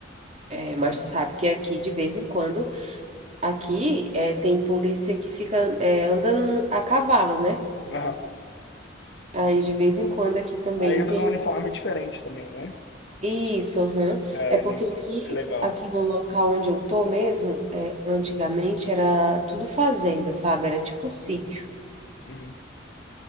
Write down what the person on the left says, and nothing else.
Eu
também.
Aham.
Aí
usa um uniforme diferente também, né?
É,
ele-
é legal.
Uhum.
Uhum.